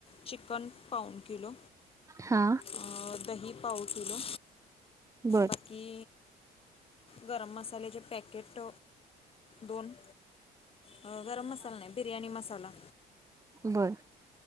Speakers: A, on the left; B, on the right.
A: चिकन पाऊन किलो,
B: हा
A: अं दही. पाव किलो
B: बर
A: बाकी गरम मसाल्याचे पॅकेट दोन. अ गरम मसाला नाही. बिर्याणी मसाला.
B: बरं.